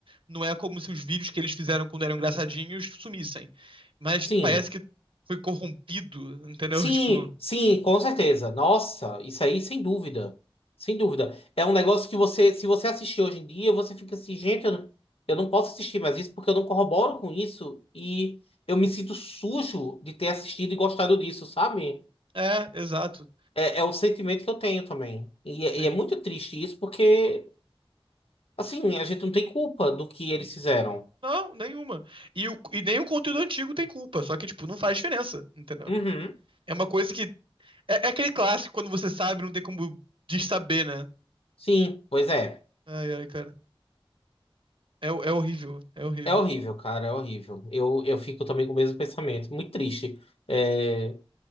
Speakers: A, on the right; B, on the left.
A: não é como se os vídeos que eles fizeram quando eram engraçadinhos sumissem. Mas
B: Sim.
A: parece que foi corrompido, entendeu?
B: Sim,
A: <laughs> Tipo,
B: sim, com certeza. Nossa, isso aí sem dúvida. Sem dúvida. É um negócio que você, se você assistir hoje em dia, você fica assim, gente, eu não, eu não posso assistir mais isso porque eu não corroboro com isso e eu me sinto sujo de ter assistido e gostado disso, sabe?
A: é, exato,
B: É, é o sentimento que eu tenho também. E, é-
A: sim.
B: e é muito triste isso porque, assim, a gente não tem culpa do que eles fizeram.
A: Não, nenhuma. E, o, e nem o conteúdo antigo tem culpa, só que, tipo, não faz diferença, entendeu?
B: Uhum.
A: É uma coisa que É, é aquele clássico, quando você sabe, não tem como dessaber, né?
B: Sim, pois é.
A: Ai, ai, cara. É, é horrível, é horrível.
B: É horrível, cara, é horrível. Eu, eu fico também com o mesmo pensamento. Muito triste. É,